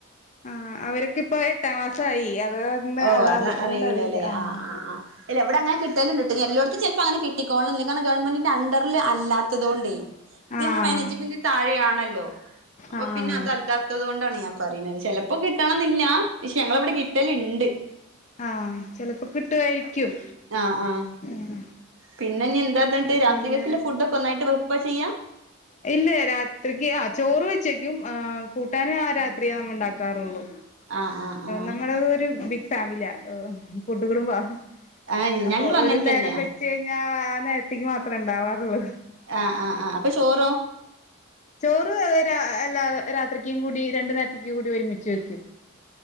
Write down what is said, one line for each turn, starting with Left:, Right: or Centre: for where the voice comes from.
Left: ആ അവർക്ക്പ്പം എട്ടാം ക്ലാസായി അത്
Right: ഓ
Left: അത
Right: അത്
Left: അതുകൊണ്ട്
Right: അറിയുലല്ലെ
Left: അറിയില്ല ആഹ്
Right: ആ ആ ഇല്ല ഇവടെ അങ്ങനെ കിട്ടലുണ്ട്ട്ടോ എല്ലോട്ത്തും ചെലപ്പോ അങ്ങനെ കിട്ടികോളണന്നി അതാണ് ഗവൺമെന്റിന്റെ അണ്ടർല് അല്ലാത്തതോണ്ടേ ഇത്
Left: ആഹ്
Right: നമ്മള് മാനേജ്മെന്റിന് താഴെയാണല്ലോ അപ്പൊ
Left: ആഹ്
Right: പിന്നെ അതല്ലാത്തത് കൊണ്ടാണ് ഞാൻ പറിണത് ചെലപ്പോ കിട്ടണന്നില്ല ക്ഷേ ഞങ്ങളവടെ കിട്ടല്ണ്ട്
Left: ആഹ ചെലപ്പോ കിട്ടുവായിരിക്കും
Right: ആ് ആഹ
Left: ഉം
Right: പിന്നെ ഇഞ്ഞ് എന്താ ത്ണ്ട് രാത്രികക്ക്ല്ലെ
Left: പിന്നെ
Right: ഫുഡ്ക്കെ ഒന്നായിട്ട് വെപ്പ ചെയ്യാ
Left: ഇല്ല രാത്രിക്ക് ആ ചോറ് വെച്ചേക്കും ആ കൂട്ടാനും ആ രാത്രിയാവുമ്പോ ഇണ്ടാക്കാറൊള്ളു
Right: ആഹ് ആഹ് ആഹ്
Left: നമ്മളത് ഒരു ബിഗ് ഫാമിലിയാ കൂട്ടുകുടുംബാ
Right: ആഹ്
Left: അപ്പൊ
Right: ഞങ്ങളും അങ്ങനെ
Left: ഒരു നേരം
Right: തന്നെയാ
Left: വെച്ച് കഴിഞ്ഞാ ആ നേരത്തേക്ക് മാത്രേ ഇണ്ടാവാറൊള്ളു
Right: ആഹ ആ ആ അപ്പൊ ചോറോ
Left: ചോറ് എല്ലാ രാത്രിക്കും കൂടി രണ്ട് നേരതിക്കി കൂടി ഒരുമിച്ച് വെക്കും